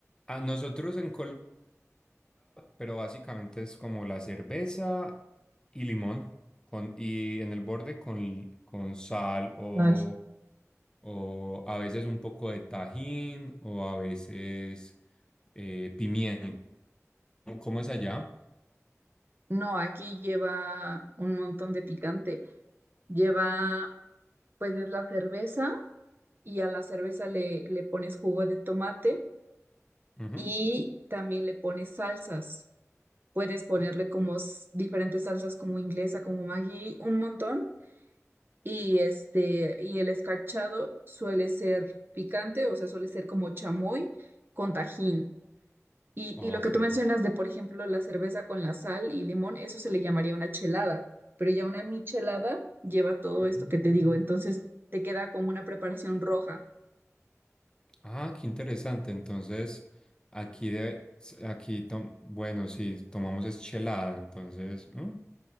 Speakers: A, on the left (about 15°); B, on the right (about 40°).
A: A nosotros en Colombia. pero básicamente es como la cerveza y limón, con, y en el borde con, con sal o,
B: Tal.
A: o a veces un poco de tajín o a veces eh, pimiento. ¿Cómo cómo es allá?
B: No, aquí lleva un montón de picante. Lleva, pues, es la cerveza y a la cerveza le, le pones jugo de tomate
A: Ujú.
B: y también le pones salsas. Puedes ponerle como s- diferentes salsas como inglesa, como Maggi, un montón. Y este, y el escarchado suele ser picante, o sea, suele ser como chamoy con tajín. Y,
A: Ok.
B: y lo que tú mencionas de, por ejemplo, la cerveza con la sal y limón, eso se le llamaría una chelada, pero ya una michelada lleva todo esto
A: Mm.
B: que te digo, entonces te queda como una preparación roja.
A: Ah, qué interesante. Entonces, aquí, de, aquí tom- bueno, sí, tomamos es chelada, entonces, ¿mm?